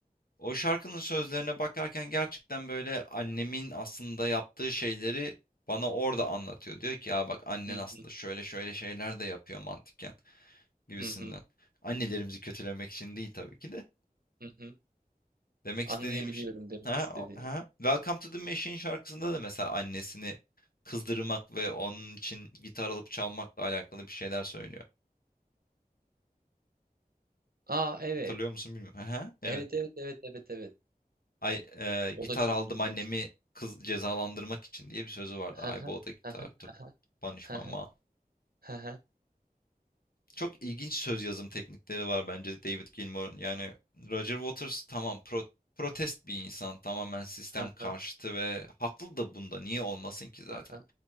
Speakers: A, on the left; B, on the right.
A: o şarkının sözlerine bakarken gerçekten böyle annemin aslında yaptığı şeyleri bana orada anlatıyor. Diyor ki ya bak annen
B: Hı
A: aslında
B: hı.
A: şöyle şöyle şeyler de yapıyor mantıken gibisinden.
B: Hı hı.
A: Annelerimizi kötülemek için değil tabii ki de.
B: Hı hı.
A: Demek
B: Anlayabiliyorum
A: istediğim şey...
B: demek
A: Ha,
B: istediğini.
A: ha. Welcome to the Machine şarkısında da mesela annesini kızdırmak ve onun için gitar alıp çalmakla alakalı bir şeyler söylüyor.
B: A! Evet.
A: Hatırlıyor musun bilmiyorum. Ha, evet.
B: Evet, evet, evet, evet, evet.
A: Ay, e,
B: O
A: gitar
B: da çok
A: aldım
B: ilginç.
A: annemi kız cezalandırmak için diye bir sözü vardı.
B: Hı hı.
A: I bought a guitar
B: Hı hı.
A: to
B: Hı hı.
A: punish
B: Hı
A: my
B: hı.
A: mom.
B: Hı hı.
A: Çok ilginç söz yazım teknikleri var bence David Gilmour'un. Yani Roger Waters tamam pro- protest bir insan. Tamamen sistem
B: Hı
A: karşıtı
B: hı.
A: ve haklı da bunda. Niye olmasın ki zaten?
B: Hı hı.